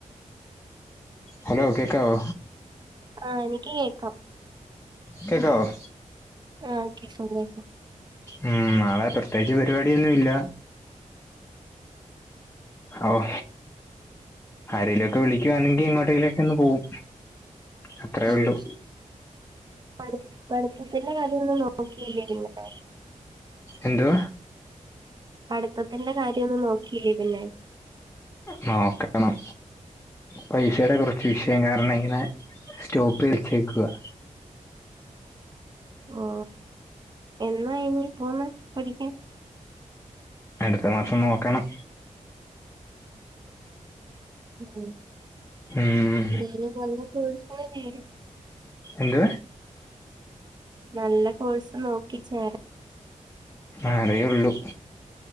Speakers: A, on the left; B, on the right.
A: ഹലോ കേക്കാവോ?
B: ആഹ് എനിക്ക് കേക്കാം.
A: കേക്കാവോ?
B: ആ ഓക്കെ കുംലൊ
A: ഉം നാളെ പ്രത്യേകിച്ച് പരിപാടിയൊന്നും ഇല്ല അ വൊ ആരേലൊക്കെ വിളിക്കുവാന്നെങ്കിൽ എങ്ങോട്ടേലൊക്ക ഒന്ന് പോവും അത്രേ
B: ഉം
A: ഉള്ളൂ
B: പഠി പഠിത്തത്തിന്റെ കാര്യൊന്നും നോക്കിയില്ലെ പിന്നെ
A: എന്തോ
B: പഠിത്തത്തിന്റെ കാര്യം ഒന്നും നോക്കിയില്ലേ പിന്നെ
A: നോക്ക ട്ട് ണം പൈഷേടെ കുറച്ച് വിഷയം കാരണം ഇങ്ങനെ സ്റ്റോപ്പ് വച്ചേക്കുവാ
B: ഓ എന്നാ ഇനി പോവ്ന്നേ പഠിക്കാൻ
A: അടുത്ത മാസം നോക്കണം
B: ഉം
A: ഉം
B: എന്തേലും നല്ല കോഴ്സെ <unintelligible>
A: എന്ത്
B: നല്ല കോഴ്സ് നോക്കിച്ചേരാ
A: ആറേയൊള്ളു